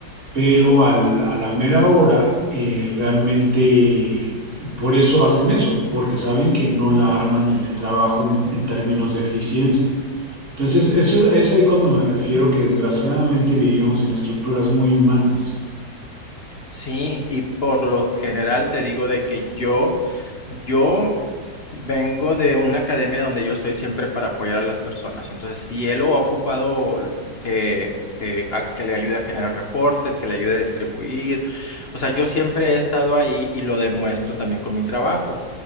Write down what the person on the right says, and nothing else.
pero al- a la mera hora eh, realmente por eso hacen eso, porque saben que no la arman en el trabajo en, un- en términos de eficiencia. Entonces, eso es ahí cuando me refiero que desgraciadamente vivimos en estructuras muy humanas.